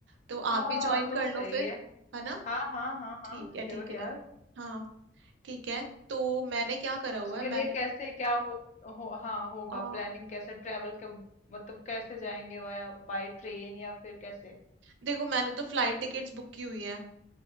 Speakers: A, on the right; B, on the left.
A: तो
B: हाँ
A: आप भी ज्वाइन
B: तो
A: कर
B: सही
A: लो फिर
B: है
A: है ना
B: हाँ हाँ हाँ हाँ
A: ठीक है
B: श्योर
A: ठीक
B: यार
A: है हाँ ठीक है तो मैंने क्या करा
B: तो
A: हुआ
B: उसके
A: है मैंने
B: लिए कैसे क्या हो, हो हाँ होगा
A: आ,
B: प्लानिंग कैसे ट्रेवल के मतलब कैसे जाएंगे वाया बाय ट्रेन या फिर कैसे
A: देखो मैंने तो फ्लाइट टिकट्स बुक की हुई है